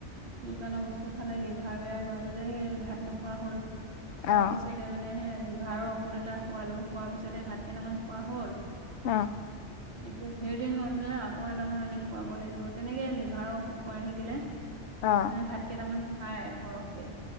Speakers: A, on the right (about 60°); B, on the left (about 75°).
A: দোকানৰ বস্তু খালে লিভাৰ বেয় মাজতে ভাত নোখোৱা হ'ল।
B: অ
A: হোৱা পাছত এ মানে সেই লিভাৰৰ ঔষধ এটা খোৱালো হোৱাৰ পিছতহে ভাত কেইটামান খোৱা হ'ল
B: অ।
A: এতিয়া ধেৰ দিন হ'ল যে আকৌ এটামান আনি খুৱাব লাগিব তেনেকে লিভাৰৰ ঔষধ খোৱাই থাকিলে
B: অ
A: মানে ভাত কেইটামান খাই সৰহকে